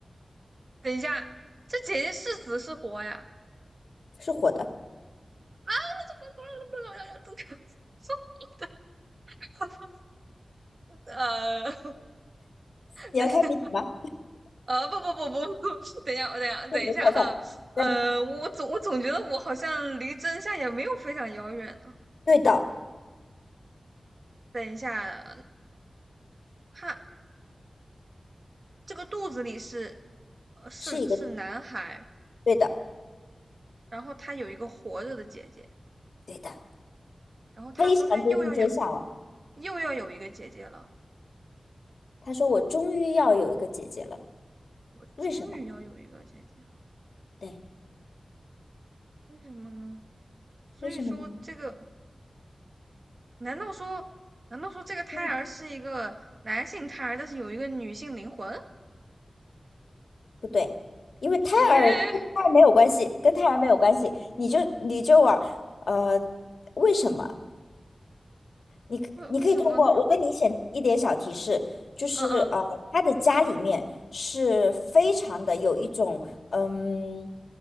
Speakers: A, on the right (about 45°); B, on the left (about 85°).
A: 等一下，这姐姐是死是活呀？
B: 是火的？
A: <laughs> 是活的。<laughs> 呃，
B: 你要开谜底吗？
A: 等一下，呃，不不不不不，等一下，我等一下，等一下哈。
B: 那你就猜猜。
A: 呃，
B: 但
A: 我总我总觉得我好像离真相也没有非常遥远呢。
B: 对的，
A: 等一下，他这个肚子里是，呃，是是男孩，
B: 是一个对的，
A: 然后他有一个活着的姐姐，
B: 对的，
A: 然后他说他又要有
B: 非常接近真相了。
A: 又要有一个姐姐了。
B: 他说：“我终于要有一个姐姐了，为什么？
A: 终于要有一个姐姐了，
B: 对，
A: 为什么呢？所以说这个，
B: 为什么呢？
A: 难道说，难道说这个胎儿是一个男性胎儿，
B: 嗯，
A: 但是有一个女性灵魂？
B: 不对，因为胎儿跟胎儿没有关系，
A: <laughs> 哎，
B: 跟胎儿没有关系。你就你就往呃，为什么？你可你可以通过我跟你写一点小提示，
A: 为为什么呢？<laughs>
B: 就是呃，
A: 嗯嗯，
B: 他的家里面是非常的有一种嗯